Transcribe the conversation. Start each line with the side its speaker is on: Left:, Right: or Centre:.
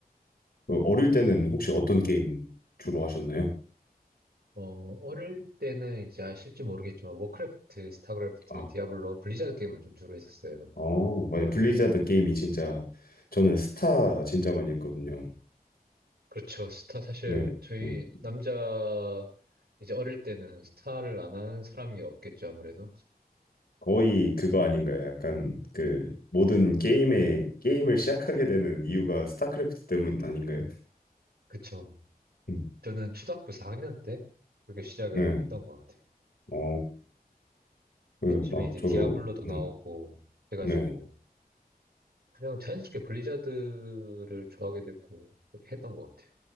Left: 어, 어릴 때는 혹시 어떤 게임 주로 하셨나요?
Right: 어, 어릴 때는 이제 아실지 모르겠지만 워크래프트, 스타크래프트,
Left: 아,
Right: 디아블로, 블리자드 게임을 좀 주로 했었어요.
Left: 어, 맞아요. 블리자드 게임이 진짜, 저는 스타 진짜 많이 했거든요.
Right: 그렇죠. 스타 사실
Left: 네.
Right: 저희
Left: 음.
Right: 남자 이제 어릴 때는 스타를 안 한 사람이 없겠죠, 아무래도.
Left: 거의 그거 아닌가요? 약간 그, 모든 게임에, 게임을 시작하게 되는 이유가 스타크래프트 때문 아닌가요?
Right: 그쵸.
Left: 음.
Right: 저는 초등학교 4학년 때 그렇게 시작을
Left: 네.
Right: 했던 것 같아요.
Left: 어, 네,
Right: 그쯤에
Left: 막
Right: 이제
Left: 저도,
Right: 디아블로도 나오고
Left: 음,
Right: 해가지고
Left: 네.
Right: 그냥 자연스럽게 블리자드를 좋아하게 됐고 그렇게 했던 것 같아요.